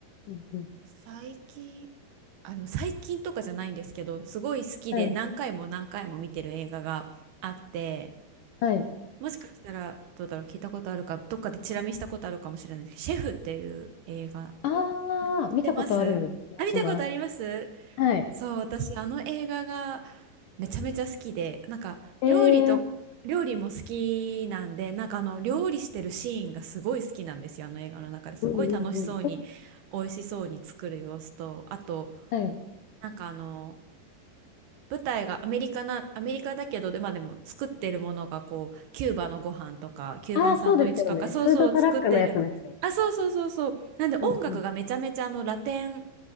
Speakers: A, on the left; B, on the right.
A: うんうん。
B: 最近、あ、でも最近とかじゃないんですけど、すごい好きで何回も何回も見てる映画があって、
A: はい。はい。
B: もしかしたらどうだろう、聞いたことあるか、どっかでチラ見したことあるかもしれないですけど、シェフっていう映画、
A: ああ、
B: 見てますあ、
A: 見たことある気がします。
B: 見たことあります
A: はい。
B: そう、私、あの映画がめちゃめちゃ好きで、なんか料理と、
A: えー、
B: 料理も好きなんで、なんかあの料理してるシーンがすごい好きなんですよ、あの映画の中ですごい楽しそうに。
A: うんうんうん。
B: 美味しそうに作る様子と、あと
A: はい。
B: なんかあの、舞台がアメリカな、アメリカだけど、で、まあでも作ってるものがこう、キューバのご飯とか、キューバンサンドイッチとか、
A: ああ、そうですよね。
B: そうそう作ってるんで、
A: フードトラックのやつですよね。
B: あ、そうそうそうそう。なんで音楽がめちゃめちゃあのラテン、
A: うん